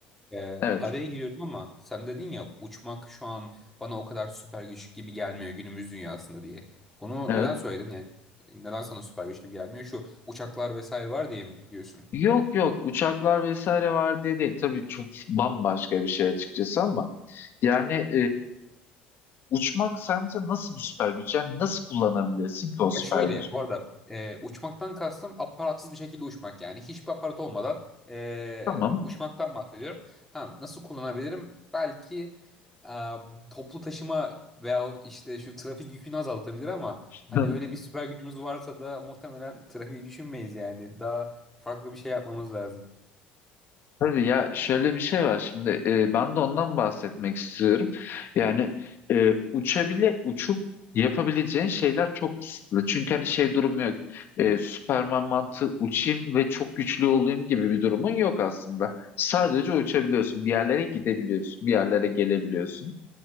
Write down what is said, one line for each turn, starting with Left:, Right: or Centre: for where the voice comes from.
Centre: Ee,
Left: Evet,
Centre: araya giriyorum ama sen dedin ya uçmak şu an bana o kadar süper güç gibi gelmiyor günümüz dünyasında diye. Bunu
Left: evet.
Centre: neden söyledin yani? Neden sana süper güç gibi gelmiyor? Şu uçaklar vesaire var diye mi diyorsun?
Left: Yok yok uçaklar vesaire var diye değil. Tabii çok bambaşka bir şey açıkçası ama yani Uçmak sence nasıl bir süper güç? Yani nasıl kullanabilirsin ki o süper
Centre: Ya şöyle
Left: gücü?
Centre: bu arada e, uçmaktan kastım aparatsız bir şekilde uçmak yani hiçbir aparat olmadan e,
Left: Tamam.
Centre: uçmaktan bahsediyorum. Ha, nasıl kullanabilirim? Belki e, toplu taşıma veyahut işte şu trafik yükünü azaltabilir ama
Left: <laughs>
Centre: hani öyle bir süper gücümüz varsa da muhtemelen trafiği düşünmeyiz yani daha farklı bir şey yapmamız lazım.
Left: Hadi ya şöyle bir şey var şimdi e, ben de ondan bahsetmek istiyorum. Yani e, uçabile uçup yapabileceğin şeyler çok kısıtlı. Çünkü hani şey durumu yok. E, Süperman mantığı uçayım ve çok güçlü olayım gibi bir durumun yok aslında. Sadece uçabiliyorsun. Bir yerlere gidebiliyorsun. Bir yerlere gelebiliyorsun.